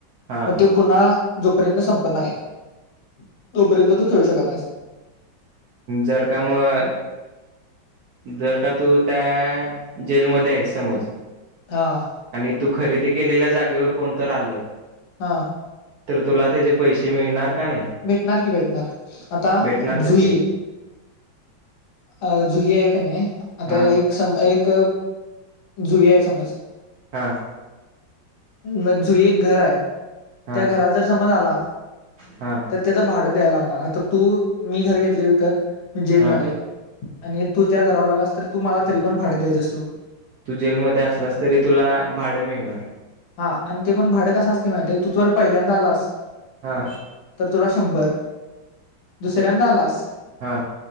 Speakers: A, on the right (about 70°); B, on the left (about 80°).
A: हा
B: मग तो गुन्हा जोपर्यंत संपत नाही आहे जोपर्यंत तू खेळू शकत नाही
A: जर का मग जर का तू त्या जेलमध्ये आहे समज
B: हो
A: आणि तू खरेदी केलेल्या जागेवर कोणतरी आलं
B: हो
A: तर तुला त्याचेे पैसे मिळणार का नाही
B: भेटणार की भेटणार आता
A: भेटणार
B: जुई
A: तसे
B: अ जुई आहे का नाही आता
A: हा
B: एक सम एक जुय या समज
A: हो
B: मग जुई एक घर आहे
A: हा
B: त्या घरात जर समज आला
A: हा
B: तर त्याचं भाडं द्यायला लागणार आता तू मी घर घेतले विकत जेलमध्ये
A: हा
B: आणि तू त्या घरावर आलास तर तू मला तरी पण भाडे द्यायच असतो.
A: तू जेलमध्ये असलास तरी तुला भाडं मिळणार.
B: हा आणि ते पण भाडं कसं असते माहितीय आहे तू त पहिल्यांदा आलास
A: हा.
B: तर तुला शंभर दुसऱ्यांदा आलास
A: हा.